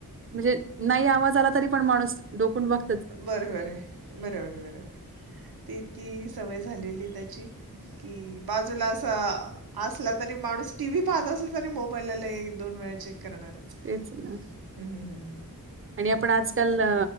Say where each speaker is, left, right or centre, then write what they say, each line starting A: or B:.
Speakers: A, on the right (about 35°); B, on the right (about 80°).
A: म्हणजे नाही आवाज आला तरी पण माणूस डोकून बघ-
B: बरोबर ए. बरोबर बरोबर. ती इतकी सवय झालेली त्या- - ची की बाज- -जूला अस, असला तरी माणूस टीव्ही पाहत असला तरी मोबाईलला दोन वेळा चे - -क करणारच.
A: तेच ना
B: हम्. हम्म.
A: आणि आपण आजकाल अ